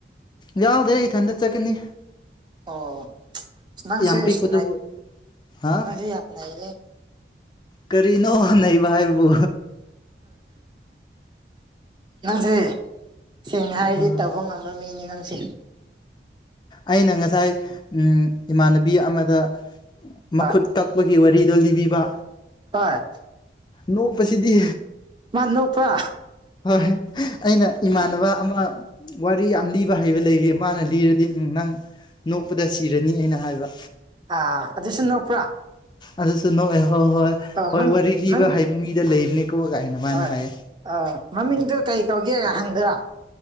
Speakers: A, on the left; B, on the right.
A: ꯌꯥꯎꯗꯦ ꯏꯊꯟꯇ ꯆꯠꯀꯅꯤ
B: ꯑꯣ ꯁꯤ ꯅꯪꯁꯦ
A: ꯌꯥꯝ
B: ꯁꯤꯌꯦ
A: ꯄꯤꯛꯄꯗꯨꯕꯨ
B: ꯁꯤ
A: ꯍꯥ
B: ꯅꯁ ꯌꯥꯝ ꯂꯩꯌꯦ
A: ꯀꯔꯤꯅꯣ ꯅꯩꯕ ꯍꯥꯏꯕꯨ
B: ꯅꯪꯁꯦ ꯁꯦꯡꯅ ꯍꯥꯏꯔꯗꯤ
A: ꯑꯥ
B: ꯇꯧꯕ ꯉꯝ ꯃꯝꯕ ꯃꯤꯅꯤ ꯅꯪꯁꯦ
A: ꯑꯩꯅ ꯉꯁꯥꯏ ꯏꯃꯥꯟꯅꯕꯤ ꯑꯃꯗ
B: ꯍꯣꯏ
A: ꯃꯈꯨꯠ ꯀꯛꯄꯒꯤ ꯋꯥꯔꯤꯗꯣ ꯂꯤꯕꯤꯕ
B: ꯍꯣꯏ
A: ꯅꯣꯛꯄꯁꯤꯗꯤ
B: ꯃꯅꯨꯄꯥ꯭ꯔ
A: ꯍꯣꯏ ꯑꯩꯅ ꯏꯃꯥꯟꯅꯕ ꯑꯃ ꯋꯥꯔꯤ ꯌꯥꯝ ꯂꯤꯕ ꯍꯩꯕ ꯂꯩꯌꯦ ꯃꯥꯅ ꯂꯤꯔꯗꯤ ꯅꯪ ꯅꯣꯛꯄꯗ ꯁꯤꯔꯅꯤ ꯑꯩꯅ ꯍꯥꯏꯕ
B: ꯑꯥ ꯑꯗꯨꯁꯨ ꯅꯛꯄ꯭ꯔꯥ
A: ꯑꯗꯨꯁꯨ ꯅꯣꯛꯏ ꯍꯣꯏ ꯍꯣꯏ
B: ꯑꯣ
A: ꯍꯣꯏ
B: ꯃꯝ
A: ꯋꯥꯔꯤ ꯂꯤꯕ
B: ꯃꯝ
A: ꯍꯥꯏꯕ ꯃꯤꯗ ꯂꯩꯕꯅꯦꯀꯣ ꯑꯩꯅ ꯃꯥꯅ
B: ꯍꯣꯏ
A: ꯍꯥꯏꯌꯦ
B: ꯑꯥ ꯃꯃꯤꯡꯗꯨꯣ ꯀꯩ ꯀꯧꯒꯦ ꯍꯪꯗ꯭ꯔ